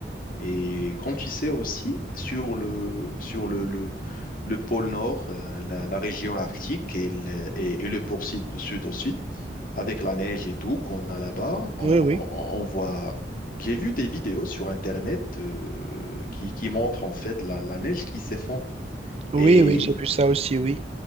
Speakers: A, on the left; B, on the right.
A: Et comme tu sais aussi, sur le, sur le, le, le pôle Nord, euh, la, la région arctique et le, et, et le pôle sud, sud aussi, avec la neige et tout qu'on a là-bas, on,
B: Oui, oui.
A: on, on voit... J'ai vu des vidéos sur Internet euh, qui, qui montrent en fait la, la neige qui s'effondre.
B: Oui,
A: Et
B: oui, j'ai vu ça aussi, oui.